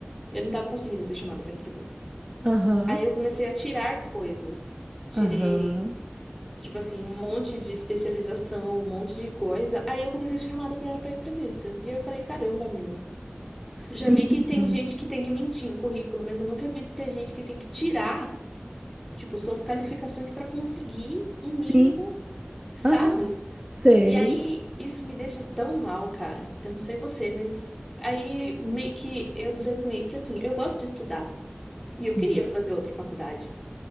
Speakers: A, in the centre; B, on the right.
A: eu não estava conseguindo ser chamada para entrevista.
B: aham,
A: Aí eu comecei a tirar coisas. Tirei,
B: aham,
A: tipo assim, um monte de especialização, um monte de coisa. Aí eu comecei a ser chamada pra, pra entrevista. E eu falei, caramba, meu.
B: sim,
A: Eu já vi que tem gente que tem que mentir em currículo, mas eu nunca vi ter gente que tem que tirar, tipo, suas qualificações pra conseguir um
B: sim,
A: mínimo, sabe?
B: aham, sei,
A: E aí isso me deixa tão mal, cara. Eu não sei você, mas aí meio que eu desanimei, que assim, eu gosto de estudar. E eu queria
B: Uhum,
A: fazer outra faculdade.